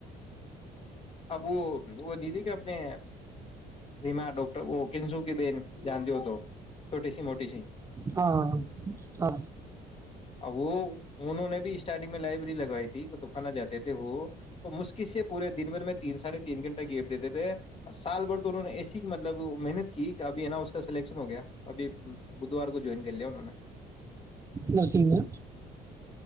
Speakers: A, on the left; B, on the right.
A: اب وہ وہ ددی کہ اپنے رما ڈٹر وہ کنسو کی بین جانتے ہو تو چھوٹی سی موٹی سی
B: ہاں ہاں
A: اب وہ انہوں نے بھی اس اسارٹنگ میں لائبریری لگائی تھی توفانا جے تھے وہ تو مشکس سے پورے دن ب میں تین ساڑھے تین گھنٹہ گیپ دیتے تھے سال بھر تو انہوں نے ایسی مطلب محنت کی کہ ابھی ہے نا اس کا سلیکشن ہو گیا ابھی بدوار کو جوائن کر لیا انہوں نے
B: نرسگ میں